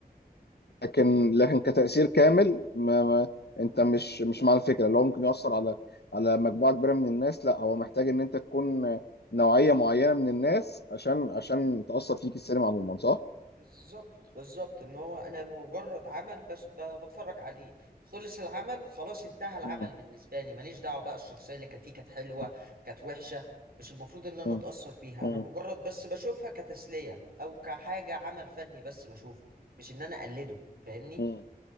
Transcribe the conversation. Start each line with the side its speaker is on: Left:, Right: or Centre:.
Left: لكن لكن كتأثير كامل ما ما انت مش مش مع الفكره اللي هو ممكن يؤثر على على مجموعه كبيره من الناس لا هو محتاج ان انت تكون نوعيه معينه من الناس عشان عشان تأثر فيك السينما عموما صح؟
Right: بالظبط بالظبط ان هو انا مجرد عمل بس ب- بتفرج عليه خلص العمل خلاص انتهى العمل
Left: مم.
Right: بالنسبه لي ماليش دعوه بقى الشخصيه اللي كانت فيه كانت حلوه
Left: مم.
Right: كانت وحشه مش المفروض ان انا
Left: مم.
Right: اتاثر بيها
Left: مم.
Right: انا مجرد بس بشوفها كتسليه او كحاجه عمل فني بس بشوفه مش ان انا اقلده فاهمني
Left: مم.